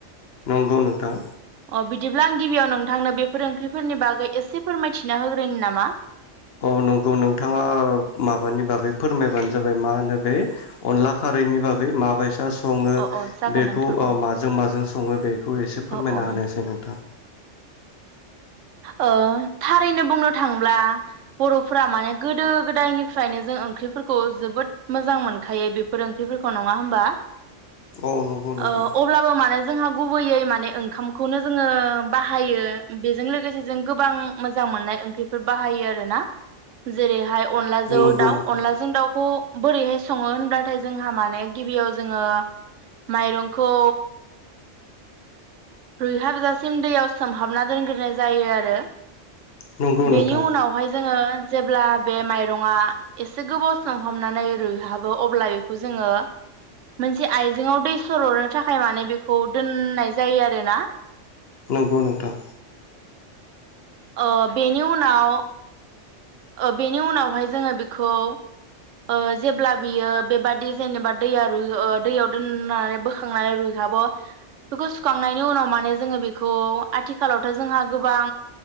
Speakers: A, on the left; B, on the right.
A: नंगौ नोंथां
B: अ बिदिब्ला आं गिबियाव नोंथांनो बेफोर ओंख्रिफोरनि बागै एसे फोरमायथिना होग्रोनो नामा
A: औ नंगौ नोंथाङा माबानि बागै फोरमायबानो जाबाय मा होनो बे अनला खारैनि बागै माबायसा सङो
B: अ अ जागोन
A: बेखौ
B: नोंथां
A: ओ
B: औ
A: माजों माजों सङो बेखौ एसे फोरमायना
B: अ अ
A: होनोसै नोंथां
B: ओ थारैनो बुंनो थांब्ला बर'फोरा माने गोदो गोदायनिफ्रायनो जों ओंख्रिफोरखौ जोबोद मोजां मोनखायो बेफोर ओंख्रिफोरखौ नङा होमबा
A: औ नंगौ नोंथां
B: ओ अब्लाबो माने जोंहा गुबैयै माने ओंखामखौनो जोङो बाहायो बेजों लोगोसे जों गोबां मोजां मोननाय ओंख्रिफोर बाहायो आरो ना जेरैहाय अनलाजों
A: नंगौ
B: दाउ
A: नोंथां
B: अनलाजों दाउखौ बोरैहाय सङो होनब्लाथाय जोंहा माने गिबियाव जोङो माइरंखौ रुइहाबजासिम दैयाव सोमहाबना दोंनग्रोनाय जायो आरो
A: नंगौ नोंथां
B: बेनि उनावहाय जोङो जेब्ला बे माइरङा एसे गोबाव सोंहाबनानै रुइहाबो अब्ला बेखौ जोङो मोनसे आइजेंआव दै सररनो थाखाय माने बेखौ दोननाय जायो आरोना
A: नंगौ नोंथां
B: ओ बेनि उनाव ओ बेनि उनावहाय जोङो बेखौ ओ जेब्ला बियो बेबादि जेनेबा दैया रुइ ओ दैयाव दोननानै बोखांनानै रुइहाबो बेखौ सुखांनायनि उनाव माने जोङो बेखौ आथिखालावथ' जोंहा गोबां